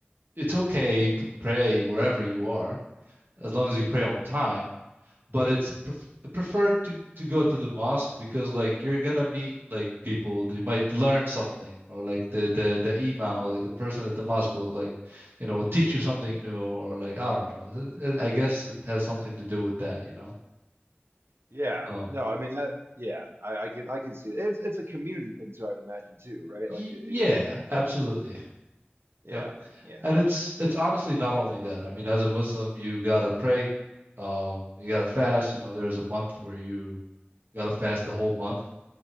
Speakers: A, on the right (about 65°); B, on the right (about 80°).
A: it's okay. You can pray wherever you are as long as you pray on time but it's pref preferred to to go to the mosque because like you're gonna meet like people you might learn something or like the the the imam or like the person at the mosque will like you know teach you something new or like I don't know It- it- I guess it has something to do with that you know
B: Yeah.
A: um
B: No, I mean that, yeah, I, I can I can see it. It's it's a community thing too, I'd imagine too, right?
A: y-
B: Like it, it's
A: yeah
B: yeah,
A: absolutely
B: yeah,
A: yep
B: yeah.
A: and it's it's honestly not only that I mean as a Muslim you gotta pray um you gotta fast you know there's a month where you gotta fast the whole month